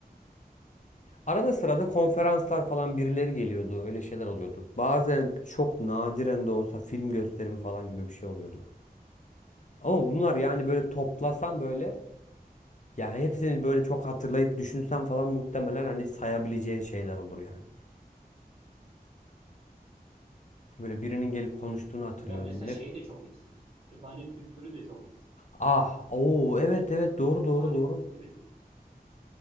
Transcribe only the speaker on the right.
Zaten
öyle.
Ya mesela
şey de çok eksik. Kütüphane kültürü de çok eksik.
Kütüphane
kültürü de çok eksik.